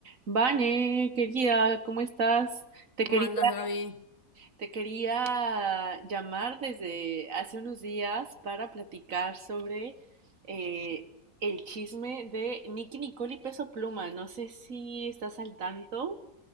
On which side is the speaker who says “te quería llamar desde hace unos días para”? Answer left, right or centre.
Right